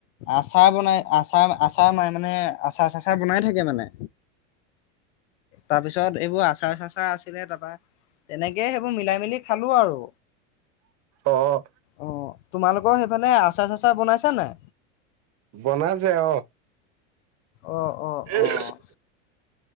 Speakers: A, on the left (about 80°); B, on the right (about 45°).
A: আচাৰ বনাই আচাৰ আচাৰ ম মানে আচাৰ চাচাৰ বনাই থাকে মানে তাৰপিছত এইবোৰ আচাৰ চাচাৰ আছিলে তাৰপা তেনেকে সেইবোৰ মিলাই মেলি খালো আৰু।
B: অ
A: অ' তোমালোকৰ সেইফালে আচাৰ চাচাৰ বনাইছে নাই
B: বনাইছে অ
A: অ' অ'
B: আহ
A: অ'